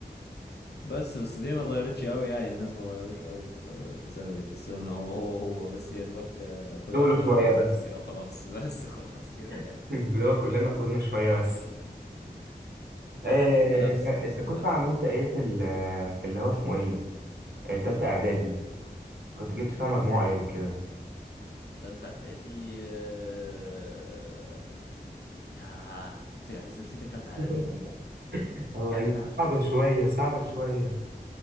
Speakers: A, on the left; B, on the right.
A: بس بس دي ما اتغيرتش قوي يعني الناس ما اتغيروش قوي في في ثانوي تحسوا ان هو هو هو بس يا دوبك آه، كل
B: طولوا
A: واحد طلع
B: شوية
A: له كام
B: بس
A: شنب كده وخلاص <laughs> بس خلاص كده يعني
B: <laughs> اللي هو كلنا طولنا شوية بس إيه
A: آه، اما نفس
B: أنت أنت
A: نفس
B: كنت
A: كل حاجة
B: عملت إيه في ال في اللي هو اسمه إيه آه، تالتة إعدادي
A: مم.
B: كنت جبت فيها مجموعة إيه وكده
A: تالتة اعدادي آه، يا افتكر عايز افتكر تالتة اعدادي
B: <laughs> هو
A: ايه
B: هي
A: يا جدع
B: صعبة شوية صعبة شوية